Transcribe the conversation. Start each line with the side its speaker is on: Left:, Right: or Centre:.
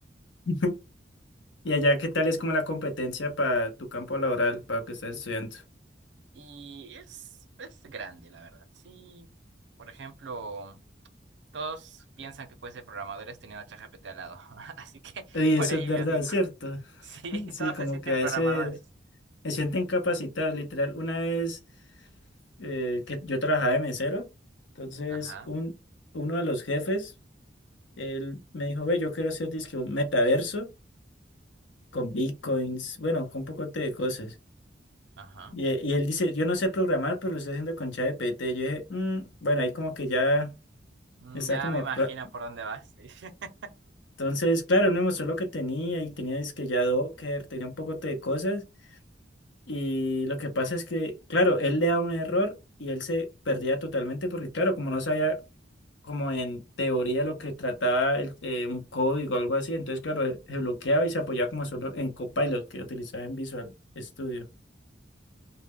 Left: <laughs> Y allá, ¿qué tal es como la competencia para tu campo laboral, para lo que estás estudiando?
Right: Y es, es grande, la verdad. Sí, por ejemplo, todos piensan que puede ser programadores teniendo a ChatGPT al lado. <laughs> Así que
Left: Y
Right: por
Left: eso
Right: ello
Left: es verdad,
Right: yo digo,
Left: ¿cierto?
Right: <laughs> sí,
Left: <laughs> Sí,
Right: todos
Left: como
Right: se sienten
Left: que a veces...
Right: programadores.
Left: Me siento incapacitado, literal. Una vez eh, que yo trabajaba de mesero, entonces
Right: Ajá,
Left: un, uno de los jefes, él me dijo, ve, yo quiero hacer dizque un metaverso con bitcoins, bueno, con un poco de cosas.
Right: ajá.
Left: Y, e- y él dice, yo no sé programar, pero lo estoy haciendo con ChatGPT. Yo dije, "Mm, bueno, ahí como que ya
Right: Mm,
Left: está
Right: Ya
Left: como...
Right: me imagino
Left: ra-".
Right: por dónde vas. sí. <laughs>
Left: Entonces, claro, él me mostró lo que tenía y tenía dizque ya Docker, tenía un poco de cosas. Y lo que pasa es que, claro, él le da un error y él se perdía totalmente porque, claro, como no sabía como en teoría lo que trataba el- eh, un código o algo así, entonces, claro, eh, se bloqueaba y se apoyaba como solo en Copilot que utilizaba en Visual Studio.